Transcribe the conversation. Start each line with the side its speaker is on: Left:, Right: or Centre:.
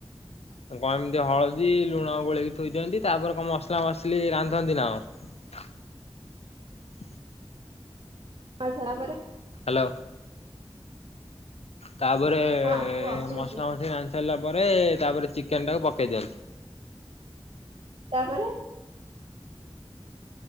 Left: କଣ ଏମିତି ହଳଦୀ ଲୁଣ ଗୋଳେଇକି ଥୋଇଦିଅନ୍ତି ତାପରେ କଣ ମସଲା ମସଲି ରାନ୍ଧ ରାନ୍ଧନ୍ତି ନା କଣ। <inaudible>
Right: ହଁ ସେଟା ପରେ
Left: ହାଲୋ। ତାପରେ
Right: ହଁ କୁହ ଶୁଣୁଛି।
Left: ମସଲା ମସଲି ରା ତେଲ ପରେ ତାପରେ ଚିକେନ ଟାକୁ ପକେଇ ଦିଅନ୍ତି।
Right: ତାପରେ।